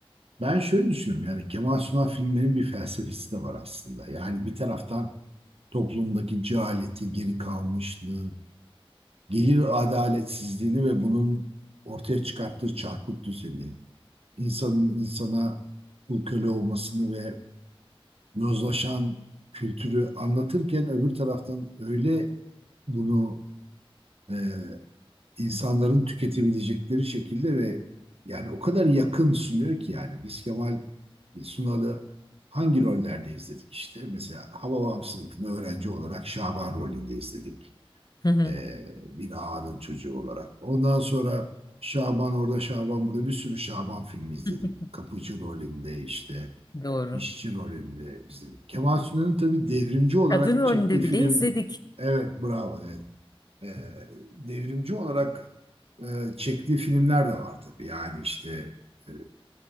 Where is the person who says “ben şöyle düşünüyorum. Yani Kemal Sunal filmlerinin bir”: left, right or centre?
Right